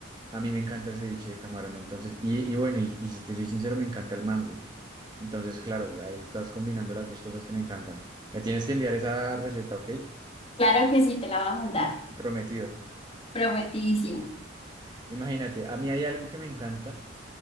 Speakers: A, on the right; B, on the left.
A: a mí me encanta el ceviche de camarón, entonces, y, y bueno, y, y si te soy sincero, me encanta el mango. Entonces, claro, ahí estás combinando las dos cosas que me encantan. Me tienes que enviar esa receta, ¿ok?
B: Claro que sí, te la va a mandar.
A: Prometido.
B: Prometidísimo.
A: Imagínate, a mí hay algo que me encanta